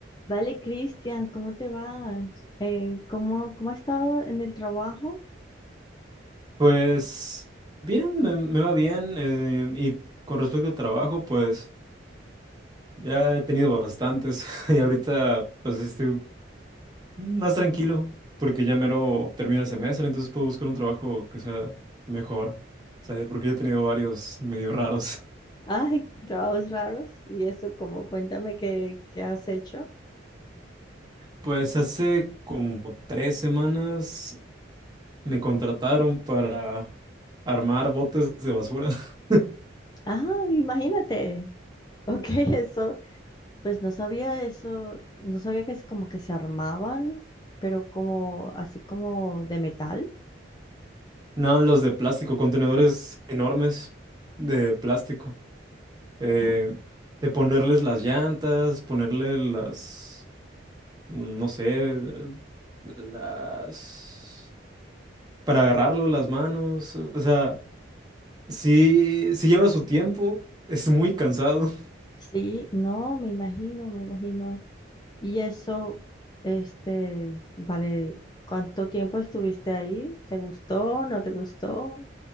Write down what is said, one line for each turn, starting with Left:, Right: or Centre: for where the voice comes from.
Left: Vale, Cristian, ¿cómo te vas? Eh, ¿cómo, cómo has estado en el trabajo?
Right: Pues bien, me, me va bien. eh, y con respecto al trabajo, pues ya he tenido bastantes <laughs> y ahorita pues estoy más tranquilo porque ya mero termina el semestre, entonces puedo buscar un trabajo que sea mejor. O sea, porque ya he tenido varios medio raros. <laughs>
Left: <laughs> Ay, trabajos raros. ¿Y eso cómo? Cuéntame qué, qué has hecho.
Right: Pues hace como tres semanas me contrataron para armar botes de basura. <laughs>
Left: Ah, imagínate. Ok, <laughs> eso. Pues no sabía eso. No sabía que es como que se armaban, pero como así como de metal.
Right: No, los de plástico, contenedores enormes de plástico. eh,
Left: Ah,
Right: de ponerles las llantas, ponerle las, no sé, las, para agarrarlo de las manos, o sea, sí, sí lleva su tiempo, es muy cansado,
Left: sí, no, me imagino, me imagino. Y eso, este, vale, ¿cuánto tiempo estuviste ahí? ¿Te gustó? ¿No te gustó?